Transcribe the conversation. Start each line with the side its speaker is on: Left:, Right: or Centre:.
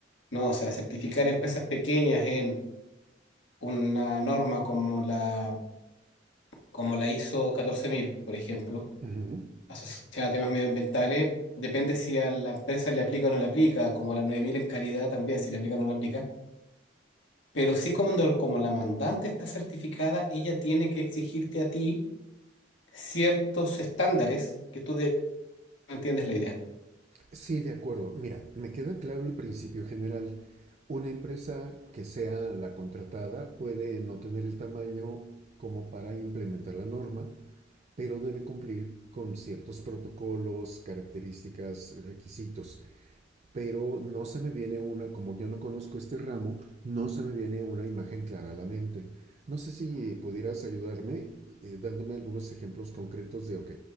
Left: ¿no? O sea, certificar empresas pequeñas en una norma como la, como la ISO 14000, por ejemplo,
Right: Ujú.
Left: asociada a temas medioambientales, depende si a la empresa le aplica o no le aplica, como la 9000 en calidad también, si le aplica o no le aplica, pero sí cuando, como la mandante está certificada, ella tiene que exigirte a ti ciertos estándares que tú de- entiendes la idea.
Right: Sí, de acuerdo. Mira, me queda claro el principio general. Una empresa que sea la contratada puede no tener el tamaño como para implementar la norma, pero debe cumplir con ciertos protocolos, características, requisitos pero no se me viene una, como yo no conozco este ramo, no se me viene una imagen clara a la mente. No sé si pudieras ayudarme eh, dándome algunos ejemplos concretos de, ok,